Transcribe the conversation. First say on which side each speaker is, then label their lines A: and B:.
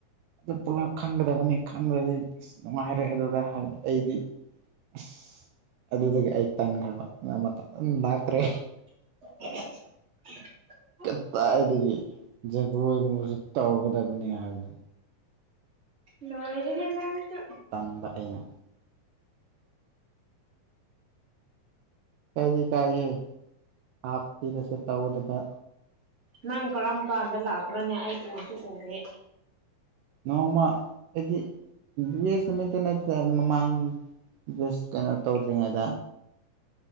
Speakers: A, on the right; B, on the right.
A: ꯑꯗꯨ ꯄꯨꯂꯞ ꯈꯪꯒꯗꯕꯅꯤ ꯈꯪꯗ꯭ꯔꯗꯤ ꯑꯁ ꯅꯨꯡꯉꯥꯏꯔꯦ ꯑꯗꯨꯗ ꯍꯥꯏ ꯑꯩꯗꯤ ꯑꯁ ꯑꯗꯨꯗꯒꯤ ꯑꯩ ꯇꯟꯈ꯭ꯔꯕ <unintelligible> ꯂꯥꯛꯇ꯭ꯔꯦ
B: <unintelligible>
A: ꯀꯗꯥꯏꯗꯒꯤ ꯖꯒꯣꯏꯒꯨꯝꯕꯁꯨ ꯇꯧꯒꯗꯕꯅꯤ ꯍꯥꯏꯕꯅꯤ
B: ꯂꯣꯏꯔꯦꯍꯦ ꯅꯪꯁꯨ
A: ꯇꯟꯕ ꯑꯩꯅ ꯀꯩꯗꯤ ꯀꯥꯏ ꯍꯦ ꯍꯥꯞ ꯄꯔꯁꯨ ꯇꯧꯗ
B: ꯅꯪ ꯀꯔꯝ ꯀꯥꯟꯗ ꯂꯥꯛꯄ꯭ꯔꯅꯦ ꯑꯩ ꯎꯁꯨ ꯎꯔꯦ
A: ꯅꯣꯡꯃ ꯍꯥꯏꯗꯤ ꯕꯤꯌꯦꯁ ꯅꯨꯃꯤꯠꯇ ꯅꯠꯇ ꯃꯃꯥꯡ ꯖꯁ ꯀꯩꯅꯣ ꯇꯧꯗ꯭ꯔꯤꯉꯩꯗ